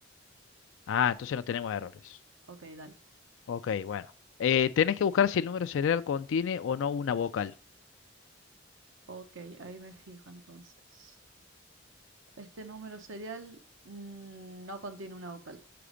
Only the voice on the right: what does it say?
Ok, dale.
Ok, ahí me fijo entonces. Este número serial mm, no contiene una vocal.